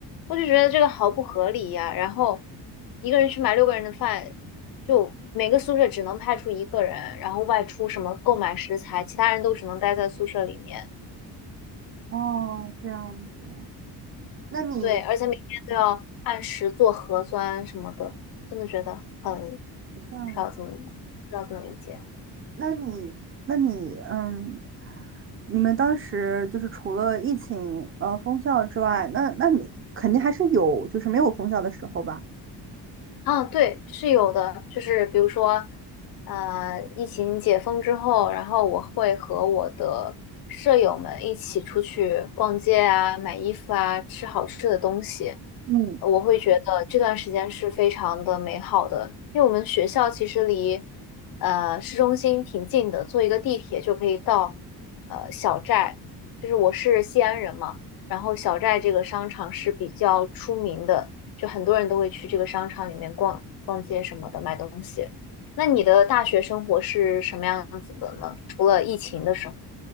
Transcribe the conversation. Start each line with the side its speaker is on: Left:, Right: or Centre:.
Left: 我就觉得这个好不合理呀。然后一个人去买六个人的饭，就每个宿舍只能派出一个人，然后外出什么购买食材，其他人都只能待在宿舍里面。
Right: 哦，这样子，那你
Left: 对，而且每天都要按时做核酸什么的，真的觉得很不
Right: 这样子。
Left: 知道怎么不知道怎么理解。
Right: 那你，那你，嗯，你们当时就是除了疫情，呃，封校之外，那那你肯定还是有，就是没有封校的时候吧？
Left: 啊，对，是有的，就是比如说，呃，疫情解封之后，然后我会和我的舍友们一起出去逛街啊，买衣服啊，吃好吃的东西。
Right: 嗯，
Left: 我会觉得这段时间是非常的美好的，因为我们学校其实离呃市中心挺近的，坐一个地铁就可以到呃小寨。就是我是西安人嘛，然后小寨这个商场是比较出名的。就很多人都会去这个商场里面逛逛街什么的，买东西。那你的大学生活是什么样子的呢？除了疫情的时候，